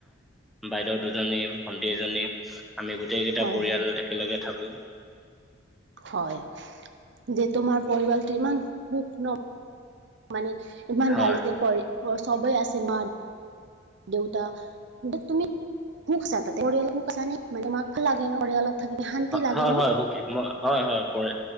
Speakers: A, in the centre; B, on the right.
A: বাইদেউ দুজনী, ভন্টি এজনী। আমি গোটেই কেইটা
B: হয়
A: পৰিয়াল একেলগে থাকো।
B: হয়, যে তোমাৰ পৰিয়ালটো ইমান সুখ ন। মানে, ইমান
A: হয়,
B: ভালকে পঢ় চবেই আছে মা দেউতা, তুমি সুখ চা তাতে, পৰিয়ালৰ সুখ আছে মানে মাক ভাল লাগে ন পৰিয়ালত। থাকি শান্তি লাগে
A: হয়,
B: ন
A: হয়কে, হয়, হয়।